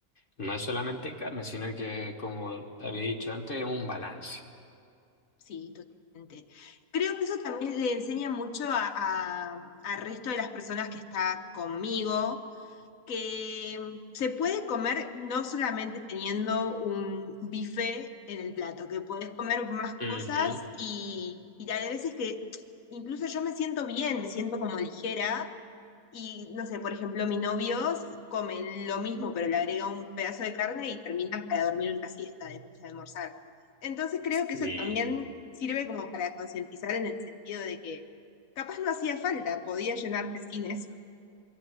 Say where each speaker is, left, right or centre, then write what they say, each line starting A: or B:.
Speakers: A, on the left; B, on the left.
A: no es solamente carne, sino que, como te había dicho antes, es un balance.
B: Sí, totalmente. Creo que eso también le enseña mucho a, a- al resto de las personas que está conmigo, que mm, se puede comer no solamente teniendo un bife en el plato, que podés comer más
A: Ujú.
B: cosas y, y hay veces que incluso yo me siento bien, me siento como ligera y no sé, por ejemplo, mi novio come lo mismo, pero le agrega un pedazo de carne y termina para dormir una siesta después de almorzar. Entonces creo que
A: Y
B: eso también sirve como para concientizar en el sentido de que capaz no hacía falta, podía llenarte sin eso.